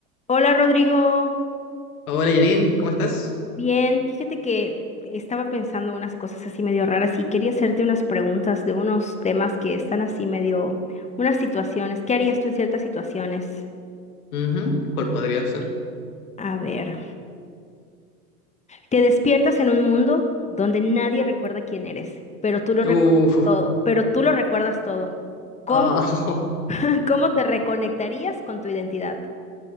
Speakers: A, on the left (about 15°); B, on the left (about 70°).
A: Hola Rodrigo,
B: Hola Janine, ¿cómo estás?
A: bien, fíjate que estaba pensando unas cosas así medio raras y quería hacerte unas preguntas de unos temas que están así medio, unas situaciones. ¿Qué harías tú en ciertas situaciones?
B: Ujú, ¿Cuál podría ser?
A: A ver, te despiertas en un mundo donde nadie recuerda quién eres, pero tú lo recuerdas
B: Uh,
A: todo, pero tú lo recuerdas todo. ¿Cómo?
B: ah, <laughs>
A: <laughs> ¿Cómo te reconectarías con tu identidad?